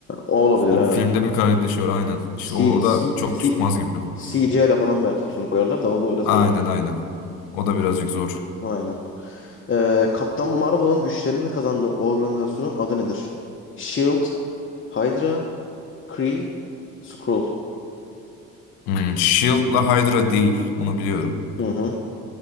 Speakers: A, on the left; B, on the left.
A: O olabilir
B: O
A: aynen.
B: filmde bir kardeşi var aynen. İşte
A: C,
B: o, o
A: C,
B: da çok
A: C, C
B: tutmaz gibi.
A: CGI ile falan belki yüzünü koyarlar da o da biraz
B: Aynen
A: ayıp olur.
B: aynen. O da birazcık zor.
A: Aynen. Ee, Kaptan Marvel'ın güçlerini kazandığı organizasyonun adı nedir? Shield, Hydra, Kree, Skrull.
B: Hmm, Shield'la Hydra değil. Onu biliyorum.
A: Hı hı.